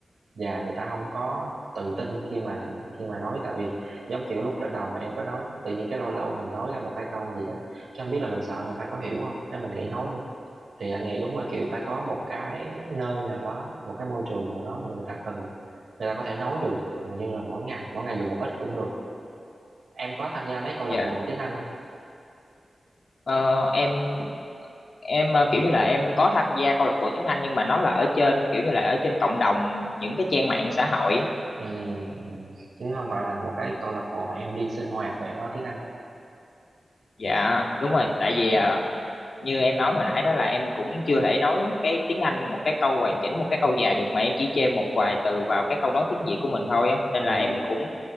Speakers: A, on the right; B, on the left.
A: và người ta không có tự tin khi mà khi mà nói tại vì giống kiểu lúc ban đầu mà em có nói đó tự nhiên cái lâu lâu mình nói ra một hai câu gì đó chứ không biết là mình sợ người ta có hiểu không nên mình nghĩ nói luôn thì anh nghĩ đúng là kiểu phải có một cái nơi nào đó một cái môi trường nào đó mà người ta cần người ta có thể nói được gần như là mỗi ngày mỗi ngày dù một ít cũng được em có tham gia mấy câu lạc
B: Dạ
A: bộ tiếng Anh không
B: Ờ, em em ờ, kiểu như là em có tham gia câu lạc bộ tiếng Anh nhưng mà nó là ở trên kiểu như là ở trên cộng đồng những cái trang mạng xã hội á.
A: ừ, ừ. chứ không phải là một cái câu lạc bộ mà em đi sinh hoạt và em nói tiếng Anh đúng không
B: Dạ đúng rồi tại vì ờ, như em nói hồi nãy đó là em cũng chưa thể nói cái tiếng Anh một cái câu hoàn chỉnh một cái câu dài được mà em chỉ chêm một vài từ vào cái câu nói tiếng Việt của mình thôi á nên
A: ừ,
B: là em cũng